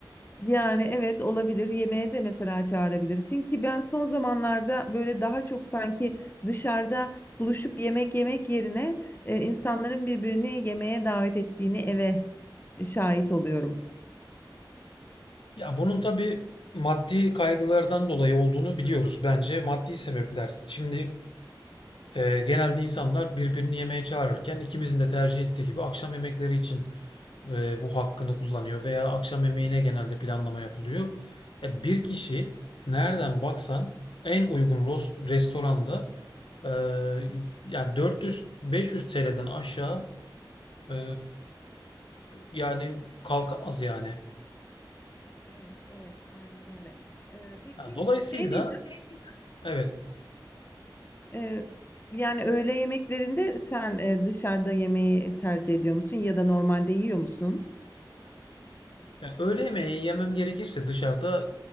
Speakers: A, on the left; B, on the left.
A: Yani evet olabilir. Yemeğe de mesela çağırabilirsin ki ben son zamanlarda böyle daha çok sanki dışarıda buluşup yemek yemek yerine e, insanların birbirini yemeğe davet ettiğini eve şahit oluyorum.
B: Ya bunun tabii maddi kaygılardan dolayı olduğunu biliyoruz bence. Maddi sebepler. Şimdi e, genelde insanlar birbirini yemeğe çağırırken ikimizin de tercih ettiği gibi akşam yemekleri için e, bu hakkını kullanıyor veya akşam yemeğine genelde planlama yapılıyor. E, bir kişi nereden baksan en uygun ros- restoranda e, yani 400-500 TL'den aşağı e, yani kalkamaz yani.
A: Evet, evet, aynen öyle. Ee, peki
B: Yani dolayısıyla
A: şey diyeceğim.
B: evet
A: Ee, yani öğle yemeklerinde sen e, dışarıda yemeği tercih ediyor musun ya da normalde yiyor musun?
B: Ya öğle yemeği yemem gerekirse dışarıda